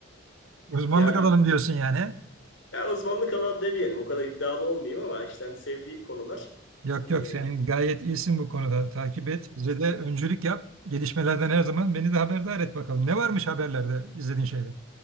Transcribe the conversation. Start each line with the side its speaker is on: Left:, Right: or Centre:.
Right: Uzmanlık
Left: ya
Right: alalım diyorsun yani.
Left: Ya uzmanlık alan demeyelim. O kadar iddialı olmayayım ama işte hani sevdiğim konular.
Right: Yok
Left: Ee,
Right: yok sen gayet iyisin bu konuda. Takip et. Bize de öncülük yap. Gelişmelerden her zaman beni de haberdar et bakalım. Ne varmış haberlerde izlediğin şeyde?